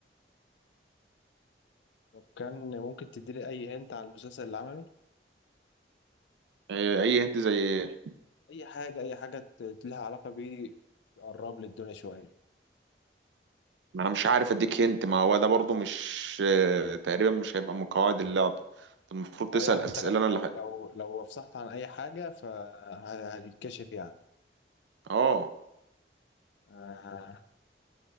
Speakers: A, on the left (about 85°); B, on the right (about 85°).
A: لو كان ممكن تديلي أي هنت على المسلسل اللي عمله
B: إيه اي انت زي ايه
A: أي حاجة أي حاجة ت- لها علاقة بيه تقرب لي الدنيا شوية
B: ما انا مش عارف اديك هنت ما هو ده برضو مش آه، تقريبا مش هيبقى من قواعد اللعبة المفروض تسأل
A: آه، يعني
B: اسئلة
A: أنت لو
B: انا
A: لو
B: اللي ه...
A: لو لو افصحت عن أي حاجة فهتتكشف يعني
B: اه
A: آه،